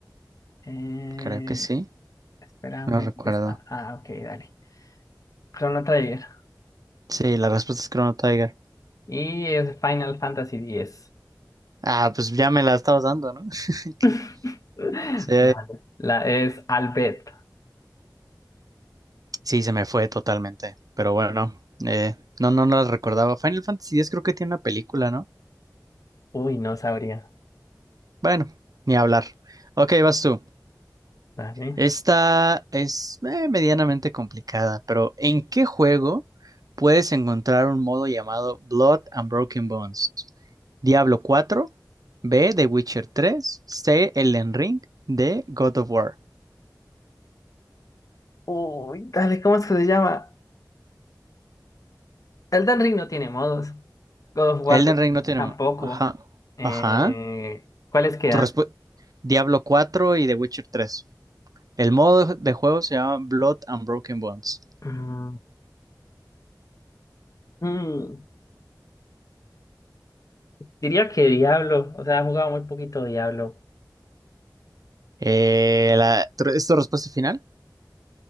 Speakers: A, on the left; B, on the right.
A: Eh,
B: Creo que sí,
A: espérame,
B: no recuerdo.
A: ¿dónde está? Ah, ok, dale. Chrono Trigger
B: Sí, la respuesta es Chrono Tiger.
A: Y es Final Fantasy X.
B: Ah, pues ya me la estabas dando, ¿no? <laughs> Que-
A: <laughs>
B: Sí,
A: Dale. La es Albert.
B: sí, se me fue totalmente. Pero bueno, eh, no, no, no las recordaba. Final Fantasy X creo que tiene una película, ¿no?
A: Uy, no sabría.
B: Bueno, ni hablar. Ok, vas tú.
A: Dale.
B: Esta es eh, medianamente complicada, pero ¿en qué juego puedes encontrar un modo llamado Blood and Broken Bones? Diablo cuatro, B, The Witcher tres, C, Elden Ring, D, God of War.
A: Uy, dale, ¿cómo es que se llama? Elden Ring no tiene modos. God of War
B: Elden
A: t-
B: Ring no tiene...
A: tampoco.
B: mo- Ajá.
A: Eh,
B: Ajá.
A: ¿cuáles quedan?
B: Tu respu- Diablo cuatro y The Witcher tres. El modo de juego se llama Blood and Broken Bones.
A: Mm, mm, diría que Diablo. O sea, he jugado muy poquito Diablo.
B: Eh, la- tr- ¿es tu respuesta final?